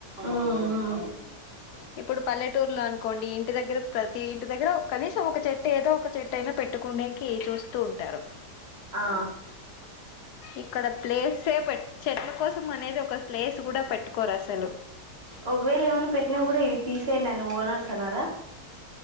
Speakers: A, on the right; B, on the left.
A: ఉమ్ ఉమ్
B: ఇప్పుడు పల్లెటూర్లో అనుకోండి ఇంటి దగ్గర ప్రతి ఇంటి దగ్గర కనీసం ఒక చెట్టు ఏదో ఒక చెట్ అయిన పెట్టుకునేకి చూస్తూ ఉంటారు
A: ఆ
B: ఇక్కడ ప్లేసే చెట్ల కోసం అనేది ఒక ప్లేస్ కూడ పెట్టుకోరు అసలు
A: ఒకవేళ ఏమైన పెట్టినా కూడా ఇవి తీసేయండిడి నువ్వు ఓనర్స్ అనారా